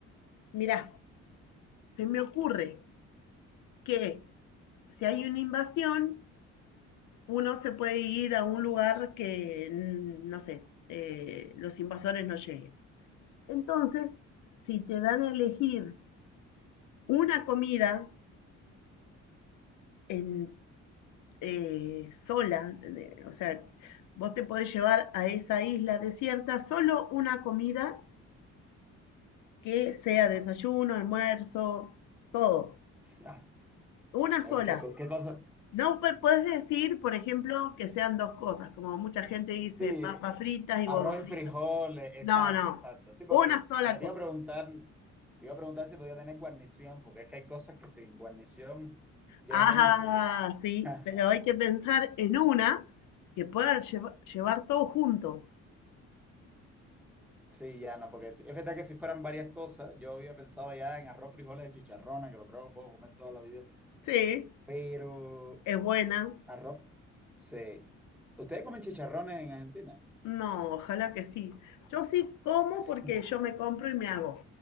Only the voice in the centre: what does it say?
Ah,
ay, qué, co- qué cosa.
Sí,
arroz
y
frijoles, exacto,
exacto. Sí, porque,
porque te
iba a preguntar, te iba a preguntar si podía tener guarnición, porque es que hay cosas que sin guarnición ya
no es lo mismo, porque
<laughs>
sí, ya no, porque es es verdad que si fueran varias cosas, yo había pensado ya en arroz, frijoles y chicharrones, que lo creo que puedo comer toda la vida,
pero
arroz, sí. ¿Ustedes comen chicharrones en Argentina?
<laughs>